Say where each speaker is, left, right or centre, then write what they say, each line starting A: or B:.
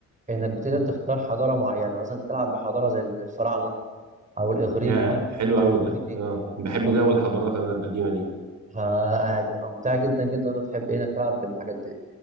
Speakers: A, on the right; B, on the right.
A: انك بتقدر تختار حضارة معينة مثلا تلعب بحضارة زي الفراعنة او الاغريق
B: يا حلو
A: او
B: قوي
A: الفايكنج
B: ده اه بحب
A: فانت
B: جو الحضارات انا القديمه دي
A: فهتبقى ممتعة جدا جدا لو أنت بتحب إيه انك تلعب بالحاجات دي